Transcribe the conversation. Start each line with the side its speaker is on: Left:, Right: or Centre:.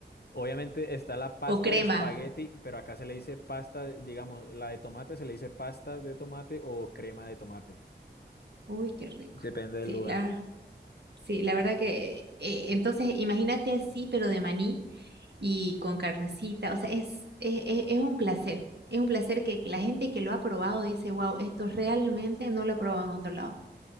Left: Obviamente está la pasta
Right: o crema.
Left: de espagueti, pero acá se le dice pasta, de- digamos, la de tomate se le dice pasta de tomate o crema de tomate.
Right: Uy, qué rico.
Left: Depende del
Right: Sí,
Left: lugar.
Right: la, Sí, la verdad que, eh, entonces imagínate así, pero de maní y con carnecita, o sea, es, es, es- es un placer, es un placer que la gente que lo ha probado dice, wow, esto realmente no lo he probado en otro lado.